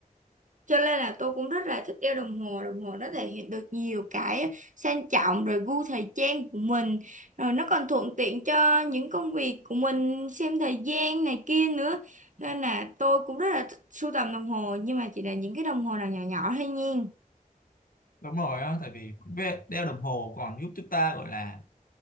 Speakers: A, on the right; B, on the left.
A: cho nên là tôi cũng rất là thích đeo đồng hồ đồng hồ nó thể hiện được nhiều cái sang trọng rồi gu thời trang của mình rồi nó còn thuận tiện cho những công việc của mình xem thời gian này kia nữa nên là tôi cũng rất là thích sưu tầm đồng hồ nhưng mà chỉ là những cái đồng hồ nào nhỏ nhỏ thôi nha
B: đúng rồi á tại vì đeo đồng hồ còn giúp chúng ta gọi là